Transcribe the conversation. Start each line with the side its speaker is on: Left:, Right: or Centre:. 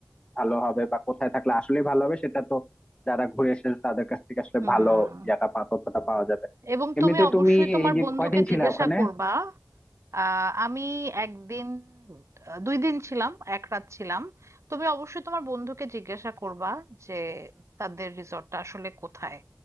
Left: ভালো হবে বা কোথায় থাকলে আসলে ভালো হবে সেটা তো যারা ঘুরে এসেছে তাদের কাছ থেকে আসলে
Right: হুম
Left: ভালো ইয়াটা পা তথ্যটা পাওয়া যাবে
Right: এবং
Left: এমনিতে
Right: তুমি অবশ্যই
Left: তুমি
Right: তোমার
Left: এই যে
Right: বন্ধুকে
Left: কয়দিন ছিলে
Right: জিজ্ঞাসা
Left: ওখানে
Right: করবা আহ আমি একদিন আহ, দুই দিন ছিলাম এক রাত ছিলাম তুমি অবশ্যই তোমার বন্ধুকে জিজ্ঞাসা করবা যে তাদের রিসর্টটা আসলে কোথায়